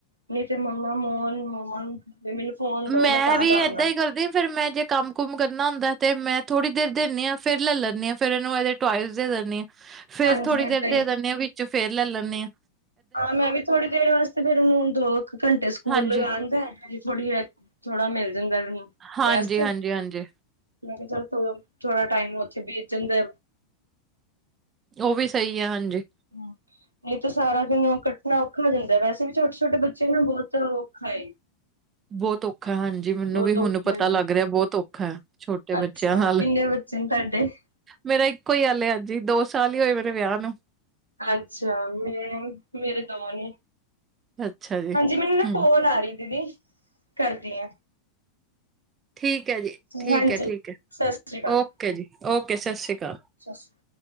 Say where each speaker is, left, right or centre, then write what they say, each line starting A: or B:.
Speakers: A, on the right; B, on the right.
A: <unintelligible>
B: ਮੈਂ
A: ਤਾਂ
B: ਵੀ
A: ਦਾਂਗਾ
B: ਏਦਾਂ ਹੀ ਕਰਦੀ ਫੇਰ ਮੈਂ ਜੇ ਕੰਮ ਘੁੰਮ ਕਰਨਾ ਹੁੰਦਾ ਤੇ, ਮੈਂ ਥੋੜ੍ਹੀ ਦੇਰ ਦਿੰਦੀ ਆ ਫੇਰ ਲੈ ਲੈਂਦੀ ਆਾਂ ਫਿਰ ਇਹਨੂੰ ਇਹਦੇ ਟਇਸ ਦੇ ਦਿੰਦੀ ਆਾਂ ਫੇਰ
A: ਹਾਂਜੀ
B: ਥੋੜ੍ਹੀ ਦੇਰ
A: ਏਦਾਂ ਹੀ
B: ਦੇ ਦਿੰਦੇ ਹਾਂ, ਵਿੱਚ ਫੇਰ ਲੈ ਲੈਂਦੇ ਹਾਂ
A: ਹਾਂ, ਮੈਂ ਵੀ ਥੋੜੀ ਦੇਰ ਵਾਸਤੇ ਫੇਰ ਉਹਨੂੰ ਦੋ ਕੁ ਘੰਟੇ ਸਕੂਲ
B: ਹਾਂਜੀ,
A: ਲਗਾਦਾ ਥੋੜ੍ਹੀ ਜ ਥੋੜਾ ਮਿਲ ਜਾਂਦਾ
B: ਹਾਂਜੀ,
A: ਰੈਸਟ
B: ਹਾਂਜੀ,
A: ਮੈਂ
B: ਹਾਂਜੀ।
A: ਕਿਹਾ, ਚੱਲ ਥੋੜ੍ਹਾ ਟਾਈਮ ਉੱਥੇ ਬੇਜਣ ਦਾ
B: ਉਹ ਵੀ ਸਹੀ ਹੈ ਹਾਂਜੀ
A: ਹੂੰ ਨਹੀਂ ਤਾਂ, ਸਾਰਾ ਦਿਨ ਕੱਟਣਾ ਔਖਾ ਜਾਂਦਾ ਵੈਸੇ ਵੀ ਛੋਟੇ- ਛੋਟੇ ਬੱਚੇ ਨਾ ਬਹੁਤ ਔਖਾ ਏ
B: ਬਹੁਤ ਔਖਾ ਹਾਂਜੀ, ਮੈਨੂੰ
A: ਬਹੁਤ
B: ਵੀ
A: ਔਖਾ
B: ਹੁਣ ਪਤਾ
A: ਏ
B: ਲੱਗ ਰਿਹਾ ਬਹੁਤ ਔਖਾ ਛੋਟੇ ਬੱਚਿਆਂ
A: ਅੱਛਾ
B: ਨਾਲ
A: <unintelligible>
B: ਮੇਰਾ ਇੱਕੋ ਹੀ ਹਾਲੇ ਹਜੀ, ਦੋ ਸਾਲ ਹੀ ਹੋਏ ਮੇਰੇ ਵਿਆਹ ਨੂੰ
A: ਅੱਛਾ, ਮੇ ਮੇਰੇ ਦੋ ਨੇ
B: ਅੱਛਾ ਜੀ
A: ਹਾਂਜੀ, ਮੈਨੂੰ ਨਾ
B: ਹਮ
A: ਕਾਲ ਆ ਰਹੀ ਦੀਦੀ ਕਰਦੀ ਆ
B: ਠੀਕ ਹੈ ਜੀ, ਠੀਕ
A: ਹਾਂਜੀ
B: ਹੈ, ਠੀਕ ਹੈ,
A: ਸਤਿ ਸ੍ਰੀ ਅਕਾਲ।
B: ਓਕੇ ਜੀ, ਓਕੇ ਸਤਿ ਸ਼੍ਰੀ ਅਕਾਲ।
A: <unintelligible>